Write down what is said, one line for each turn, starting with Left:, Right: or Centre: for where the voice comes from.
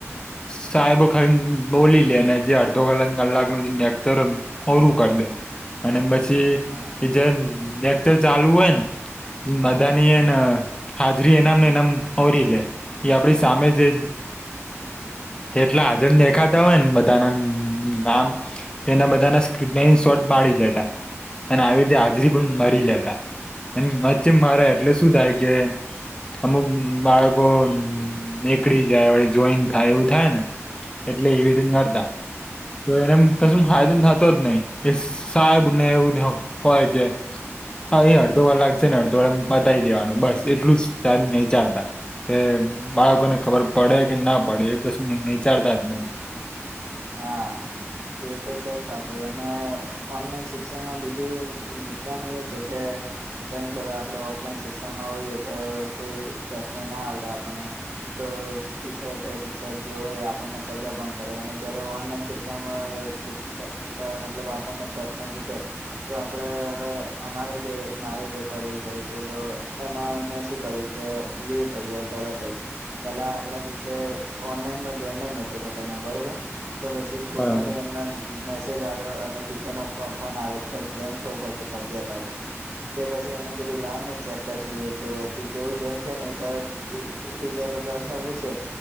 Left: સાહેબો ખાલી બોલી લે ને, જે અડધો કલાક કલાક નો જે નેક્ચર ઓરું કરી દે અને પ છી
Right: હા
Left: એ જે લલેક્ચર ચાલુ હોય ને, અદાની એન હાજરી એનામ એનમ આવરીલે એ આપડી સામે જે એટલા હાજરન દેખાતા હોય ને બ બધ નામ એના બધાના સ્કીન શોર્ટ પાડી દેતા અને આવી રીતે હાજરી પણ મારી લેતા અને મચ મારે એટલે શું થાય કે અમુક બાળકો નીકળી જાય વળી જોઈન થાય એવું થાય ને એટલે એવી રીત નરતા. તો એને કશ ફાયદો થતો જ નહી કે સાહેબને એવું હોય કે હા, એ અડધો કલાક છે ન અડધો એમ પતાઈ દેવાનું બસ એટલું જ ટાઇમ નહી ચાડતા કે બાળકોને ખબર પડે કે ના પડે એ કશું વિચારતા જ નહી.
Right: હા. એ તો છે જ પાછું અને ઓનલાઈન શિક્ષણમાં બીજું નુ કશાન એ છે કે જેમ કે હવે આપણે ઓફલાઈન શિક્ષણમાં હોઈએ તો કોઈ પ્રશ્નો ના આવડે આપણને તો ટીચર કે શિક્ષક જે હોય એ આપણને સજા પણ કરે અને જ્યારે ઓનલાઈન શિક્ષણમાં શિક્ષ સર મતલબ આપણને પ્રશ્ન પૂછે તો આપડે હવે અમારે જે મારે જ એક વાર એવું થયું તું તો એમાં મેં શું કર્યું કે લીવ થઈ ગયો તરત જ પેલા આગલા દિવસે ઓનલાઈનમાં જોઈન જ નહોતો થતો મુ બરોબર. તો પછી સ્કૂલમાંથી
Left: બરાબર
Right: અમને મે સેજ આવ્યો અને ટીચરનો કો ફોન આવ્યો ક જોઈન થવું પડશે ફરજયાત હવે. તે પછી અમે કીધું લાવ ને ચેક કરીશ જોઈએ કેવું જેવું જોઈન થયા ને તરતજ એ ટીચરે પ્રશ્ન પૂછ્યો